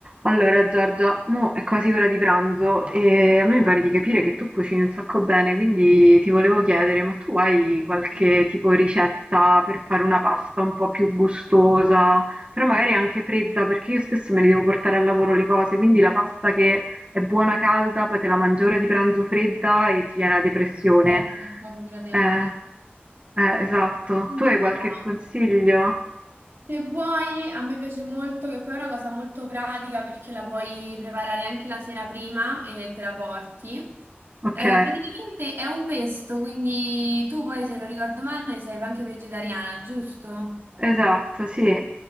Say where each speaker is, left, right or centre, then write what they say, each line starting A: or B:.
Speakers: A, on the right; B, on the right.
A: Allora Giorgia, mo è quasi ora di pranzo e a me mi pare di capire che tu cucini un sacco bene, quindi ti volevo chiedere, ma tu hai qualche tipo ricetta per fare una pasta un po' più gustosa, però magari anche fredda, perché io spesso me ne devo portare al lavoro le cose, quindi la pasta che è buona calda, poi te la mangi ora di pranzo fredda e ti viene la depressione.
B: Certo, è proprio gradevole.
A: Eh, eh, esatto.
B: Allora,
A: Tu hai qualche consiglio?
B: Se vuoi, a me piace molto, che poi è una cosa molto pratica perché la puoi preparare anche la sera prima e te la porti.
A: Ok,
B: Eh, praticamente è un pesto, quindi tu poi, se non ricordo male, sei anche vegetariana, giusto?
A: esatto, sì.